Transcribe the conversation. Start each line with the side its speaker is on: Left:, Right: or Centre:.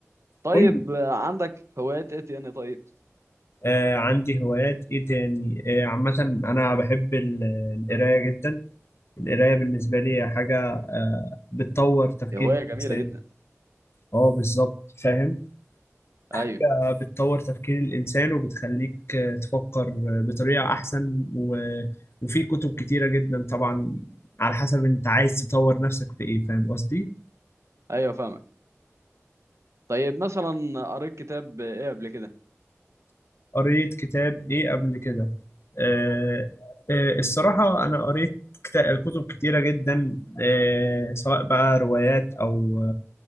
Right: طيب
Left: قول لي
Right: آه، عندك هوايات إيه تاني طيب؟
Left: آه عندي هوايات ايه تاني آه عامة انا بحب ال- القراية جدا القراية بالنسبة لي هي حاجة آه بتطور تفكير
Right: هواية جميلة
Left: الانسان
Right: جدا
Left: اه بالظبط فاهم حاجة
Right: أيوة
Left: بتطور تفكير الإنسان وبتخليك آه، تفكر آه، بطريقة أحسن و... وفي كتب كتيرة جدا طبعا على حسب أنت عايز تطور نفسك في إيه فاهم قصدي؟
Right: أيوة فاهمك طيب مثلا قريت كتاب إيه قبل كده؟
Left: قريت كتاب إيه قبل كده؟ آه آه الصراحة أنا قريت كتا- كتب كتيرة جدا آه سواء بقى روايات أو